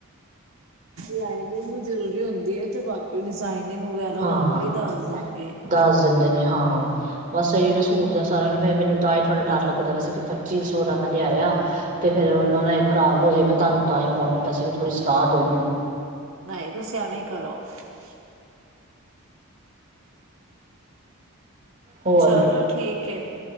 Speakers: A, on the right; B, on the right.
A: ਲਾਈਨਿੰਗ ਵੀ ਜਰੂਰੀ ਹੁੰਦੀ ਹੈ ਤੇ ਬਾਕੀ ਡਿਜ਼ਾਇਨ ਵਗੈਰਾ
B: ਹਾਂ
A: ਉਹ ਆਪੇ ਹੀ ਦੱਸ ਦੇਣਗੇ।
B: ਦੱਸ ਦਿੰਦੇ ਨੇ ਹਾਂ ਬਸ ਅ ਜ ਨਾ ਸੂ ਦਾ ਸਾਰਾ ਮੈਨੂੰ ਤਾਂ ਹੀ ਥੋੜਾ ਡਰ ਲੱ ਗਦਾ ਵੈਸੇ ਕਿ ਪੱਚੀ ਸੌ ਮੈਂ ਲਿਆਇਆ ਤੇ ਫਿਰ ਉਹਨਾਂ ਨੇ ਖਰਾਬ ਹੋ ਜਾਵੇ ਮੈਂ ਤੁਹਾਨੂੰ ਤਾਂ ਹੀ ਫੋਨ ਕੀਤਾ ਸੀ ਵੀ ਤੁਸੀਂ ਸਲਾਹ ਦਿਓ ਮੈਨੂੰ
A: ਨਹੀਂ ਤੁਸੀਂ ਐਵੇਂ ਹੀ <unintelligible>
B: ਹੋਰ
A: ਚਲੋ ਠੀਕ ਹੈ।